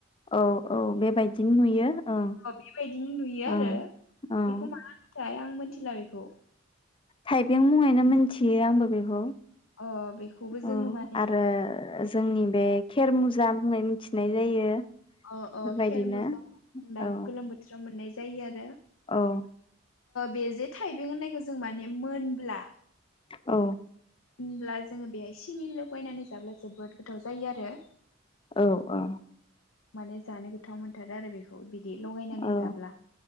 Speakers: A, on the left; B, on the left.
A: औ औ बेबायदिनो नुयो ओं
B: अ बेबायदिनो नुयो आरो
A: ओं ओं
B: बेखौ मा हो फाय आं मिथिला आरो बेखौ
A: थाइबें मुङैनो मोनथियो आंबो बेखौ।
B: अ बेखौबो जोङो
A: ओ
B: माने
A: आरो जोंनि बे खेर मुजा होनाय खिनाय जायो
B: अ अ
A: बेफोरबायदिनो
B: खेर मुजा होन
A: औ
B: गोलोम बोथोराव मोननाय जा जायो आरो
A: औ
B: बे जे थाइबें होननायखौ जों माने मोनब्ला
A: औ
B: होनब्ला जोङो बेहाय सिनि लगायनानै जाब्ला जोबोद गोथाव जायो आरो।
A: औ औ
B: माने जानो गोथाव मोनथारो आरो बेखौ बि दि लगायनानै
A: औ
B: जाब्ला